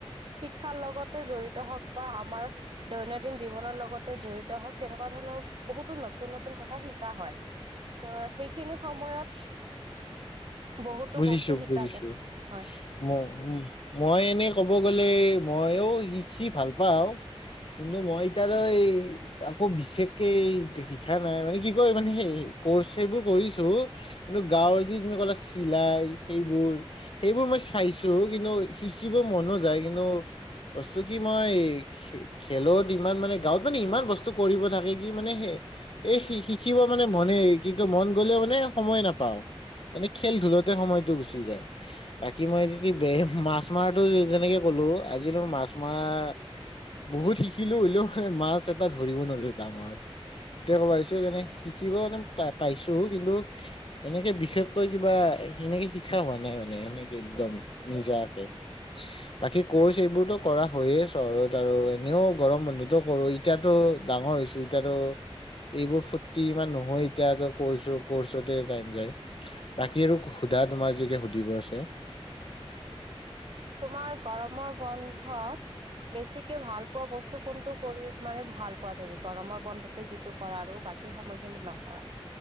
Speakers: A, on the right (about 55°); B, on the left (about 60°).
A: শিক্ষাৰ লগতে জড়িত হওক বা আমাৰ দৈনদিন জীৱনৰ লগতে জড়িত হওক তেনেকুৱা ধৰণৰ বহুতো নতুন, নতুন কথা শি কা, হয়! ত' সেইখিনি সময়ত বহুতো
B: বুজিছো
A: বস্তু শিকা
B: বুজিছো
A: যায়। হয়,
B: ম, উমঁ! মই এনে ক'ব গ'লে ময়ো শিকি ভাল পাওঁ। কিন্তু মই এতিয়ালৈ- আকৌ বিশেষকে শিখা নাই মানে কি কয় মানে সেই কৰ্চ সেইবোৰ কৰিছোঁ। কিন্তু গাঁৱৰ যি বুলি ক'লে চিচ চিলাই সেইবোৰ, সেইবোৰ মই চাইছোঁ কিন্তু শিকিব মনো যায় কিন্তু- বস্তু কি মই- খেলত ইমান মানে গাঁৱত মানে ইমান বস্তু কৰিব থাকে কি মানে সেই- এই শি শিখিব মানে মনে কিন্তু মন গ'লে সময়ে নাপাওঁ। এনে খেল দূৰতে সময়তো গুচি যায়। বাকী মই যদি বে মাছ মৰাটো যেনেকে ক'লোঁ আজিলৈ মই মাছ মৰা- বহুত শিকিলোঁ হ'লেও মাছ এটা ধৰিব নোৱাৰিলোঁ ডাঙৰ। তেতিয়া ক'ব পাৰিছোঁ কেনেে শিকিব মানে প পাইছোও কিন্তু এনেকে বিশেষ- কৈ, কিবা সেনেকে শিকা হোৱা নাই মানে সেনেকে একদম নিজাকে। বাকী কোৰ্চ এইবোৰতো কৰা হৈয়েই চহৰত আৰু এনেও গৰম বন্ধতো কৰোঁ। এতিয়াতো ডাঙৰ হৈছোঁ, এতিয়াতো- এইবোৰ ফূৰ্তি ইমান নহয় এতিয়া কচ কৰ্চতে টাইম যায়। বাকী আৰু সোধা তোমাৰ যি কে সুধিব আছে?
A: তোমাৰ গৰমৰ বন্ধত- বেছিকে ভাল পোৱা বস্তু কোনটো কৰি মানে ভাল পোৱা তুমি গৰমৰ বন্ধত- যিটো কৰা আৰু বাকী সময় কিন্তু নকৰা